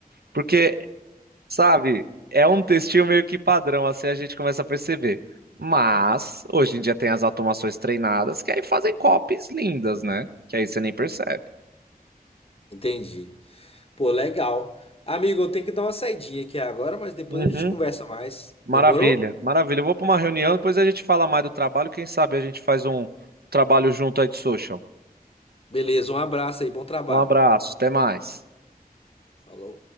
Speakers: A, on the right; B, on the left.
A: Porque, sabe, é um textinho meio que padrão, assim a gente começa a perceber. Mas, hoje em dia tem as automações treinadas que aí fazem copies lindas, né? Que aí você nem percebe.
B: Entendi. Pô, legal. Amigo, eu tenho que dar uma saidinha aqui agora, mas depois
A: Uhum.
B: a gente conversa mais.
A: Maravilha,
B: Demorou?
A: maravilha. Eu vou para uma reunião, depois a gente fala mais do trabalho. Quem sabe a gente faz um trabalho junto aí de social.
B: Beleza, um abraço aí, bom trabalho.
A: Um abraço, até mais.
B: Falou.